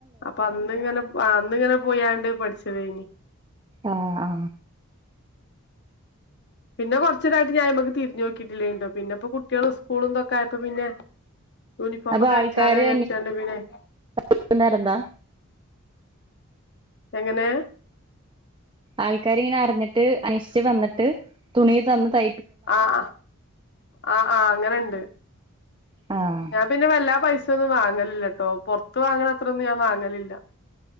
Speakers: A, on the left (about 50°); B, on the right (about 20°).
A: അപ്പൊ അന്ന് ഇങ്ങനെ അന്നിങ്ങനെ പോയാണ്ട് പഠിച്ചത് കഴിഞ്
B: ആഹ ആ
A: പിന്നെറച്ചരായിട്ട് ഞാൻമക്ക് തിരിഞ്ഞ നോട്ടില്ലുണ്ടോ പിന്നെപ്പ കുട്ടികും സ്കൂളുന്തൊക്കെയപ്പോ പിന്നെ യൂണിഫോമൊക്കടിച്ചലേ
B: അപ്പൊ ആൾക്കാര്
A: ചെലവിനെ പിന്നെ
B: അന്വേഷിച്ചിട്ടുണ്ടായിരുന്നോ
A: എങ്ങനെ
B: ആൾക്കാർ ഇങ്ങനെ അറിഞ്ഞിട്ട് അനശ്ഠിച്ച് വന്നിട്ട് തുണി തന്ന് ത
A: ആഹ് ആ ആ ആ് അങ്ങനെണ്ട്
B: ആഹ്
A: ഞ പിന്നെ വല്ല പൈസ ഒന്നും വാങ്ങലില്ല കേട്ടോ പുറത്ത് വാങ്ങണ അത്രൊന്നും ഞാൻ വാങ്ങലില്ല